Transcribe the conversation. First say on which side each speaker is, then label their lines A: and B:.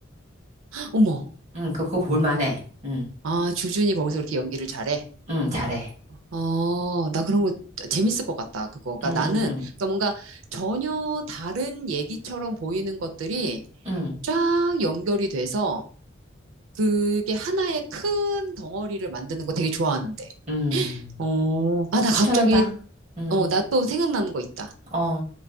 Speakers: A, on the right; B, on the right.
A: 어머.
B: 응, 그거 그거 볼만해. 응,
A: 아, 주준이 거기서 그렇게 연기를 잘해.
B: 응, 잘해.
A: 어, 나 그런 거 재밌을 것 같다. 그거. 그러니까
B: 응,
A: 나는,
B: 응, 응,
A: 그러니까 뭔가 전혀 다른 얘기처럼 보이는 것들이
B: 응,
A: 쫙 연결이 돼서 그게 하나의 큰 덩어리를 만드는 거 되게 좋아하는데.
B: 응.
A: 어, 아, 나 갑자기,
B: 추천한다. 응,
A: 어, 나 또 생각나는 거 있다.
B: 어,